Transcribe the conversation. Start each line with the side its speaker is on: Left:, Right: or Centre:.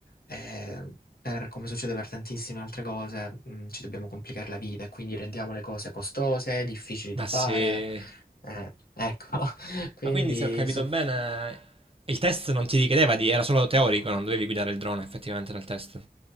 Left: eh, per- come succede per tantissime altre cose, mm, ci dobbiamo complicare la vita e quindi rendiamo le cose costose, difficili
Right: Ma
Left: da fare.
Right: sì,
Left: Eh, ecco, quindi
Right: Ma quindi se ho capito
Left: su...
Right: bene, il test non ti richiedeva di, era solo teorico, non dovevi guidare il drone effettivamente nel test.